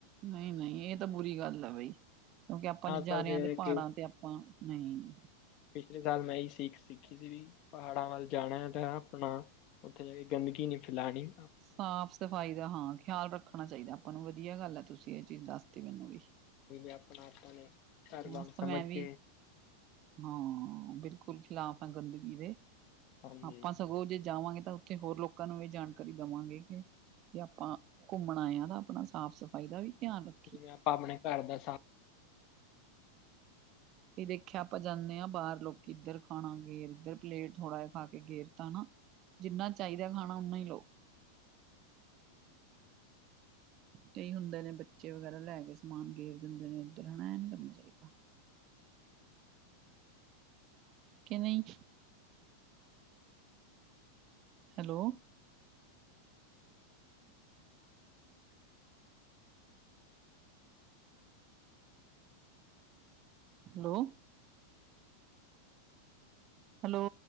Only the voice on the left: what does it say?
ਤਾਂ ਜਿਹੜੇ
ਕਿ
ਪਿਛਲੇ ਸਾਲ ਮੈਂ ਇਹੀ ਸਿੱਖ ਸਿੱਖੀ ਸੀ ਵਈ ਪਹਾੜਾਂ ਵੱਲ ਜਾਣਾ ਹੈ ਤਾਂ ਆਪਣਾ ਉੱਥੇ ਜਾ ਕੇ ਗੰਦਗੀ ਨਹੀਂ ਫੈਲਾੜੀ।
ਜ ਆਪਣਾ ਆਪਾਂ ਨੇ। ਘਰ
ਵਾਂਗ ਸਮਝ
ਕੇ
ਹਾਂਜੀ
ਜਿਵੇਂ ਆਪਾਂ ਆਪਣੇ ਘਰ ਦਾ ਸਾ